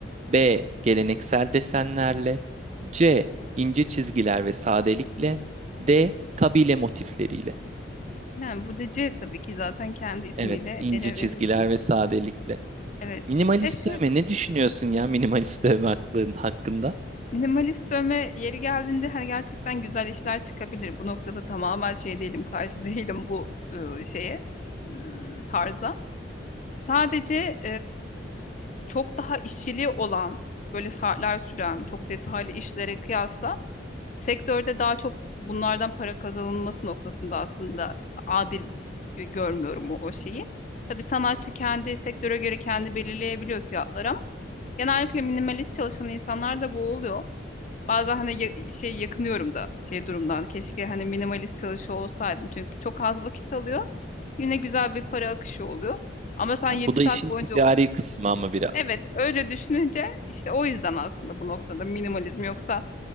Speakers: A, on the right (about 35°); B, on the left (about 40°).
A: B. Geleneksel desenlerle C. ince çizgiler ve sadelikle D. Kabile motifleriyle.
B: Yani burada C tabii ki zaten kendi ismiyle
A: Evet, ince
B: ele
A: çizgiler
B: veriyor.
A: ve sadelikle.
B: Evet.
A: Minimalist
B: E şu
A: dövme ne düşünüyorsun ya minimalist dövme hakkın- hakkında?
B: minimalist dövme yeri geldiğinde hani gerçekten güzel işler çıkabilir. Bu noktada tamamen şey değilim, karşı <laughs> değilim bu e, şeye, t- e, tarza. Sadece çok daha işçiliği olan, böyle saatler süren, çok detaylı işlere kıyasla sektörde daha çok bunlardan para kazanılması noktasında aslında adil e, görmüyorum o, o şeyi. Tabii sanatçı kendi sektöre göre kendi belirleyebiliyor fiyatları ama genellikle minimalist çalışan insanlar da bu oluyor. Bazen hani ya- şey yakınıyorum da şey durumdan. Keşke hani minimalist çalışıyor olsaydım. Çünkü çok az vakit alıyor. Yine güzel bir para akışı oluyor. Ama sen
A: Ha,
B: 7
A: bu da
B: saat
A: işin
B: boyunca
A: ticari kısmı ama biraz.
B: Evet, öyle düşününce işte o yüzden aslında bu noktada minimalizm yoksa